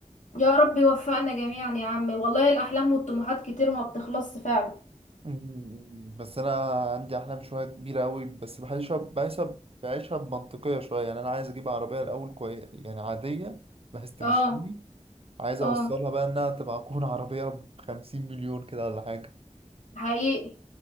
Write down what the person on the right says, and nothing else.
مم، بس انا عندي احلام شوية كبيرة قوي بس بحسها بحسها بعيشها بمنطقية شوية يعني انا عايز اجيب عربية الاول كويس يعني عادية بحيث تمشيني
عايز
اوصلها بقى انها تبقى تكون عربية بخمسين مليون كده ولا حاجة